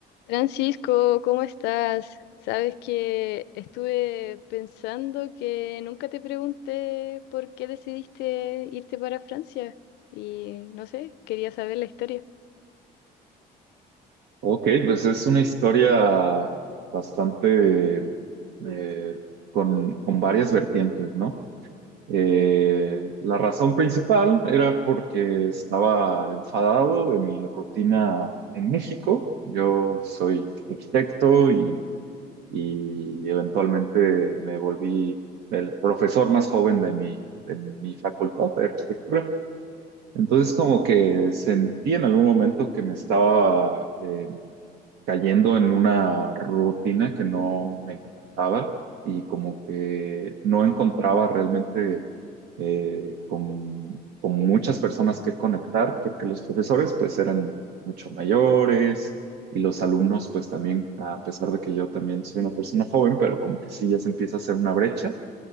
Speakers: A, on the left; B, on the right.
A: Francisco, ¿cómo estás? Sabes que estuve pensando que nunca te pregunté por qué decidiste irte para Francia y no sé, quería saber la historia.
B: Ok, pues es una historia bastante eh, con, con varias vertientes, ¿no? Eh, la razón principal era porque estaba enfadado de mi rutina en México. Yo soy arquitecto y, y eventualmente me volví el profesor más joven de mi, de mi facultad de arquitectura. Entonces como que sentí en algún momento que me estaba eh, cayendo en una rutina que no me encantaba y como que no encontraba realmente eh, con, con muchas personas que conectar, porque los profesores pues eran mucho mayores y los alumnos pues también, a pesar de que yo también soy una persona joven, pero como que sí ya se empieza a hacer una brecha